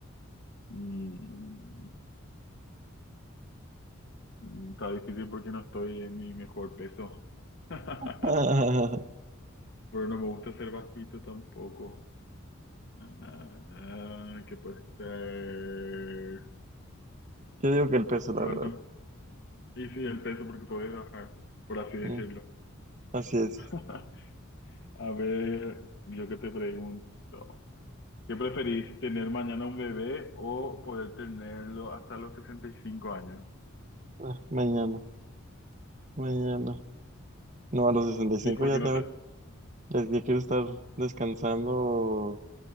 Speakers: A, on the left; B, on the right.
A: Mm, mm, está difícil porque no estoy en mi mejor peso. <laughs> Pero
B: <laughs>
A: no me gusta ser bajito tampoco. Ah, ¿qué puede ser?
B: Yo digo que el peso, la
A: Y bueno,
B: verdad.
A: y sí, el peso porque puedes bajar, por así decirlo.
B: Mm, así es.
A: <laughs> A ver, yo que te pregunto, ¿qué preferís, tener mañana un bebé o poder tenerlo hasta los 65 años?
B: Ah, mañana, mañana. No, a los 65
A: Sí, porque
B: ya
A: no,
B: tengo,
A: sa-
B: ya, ya quiero estar descansando.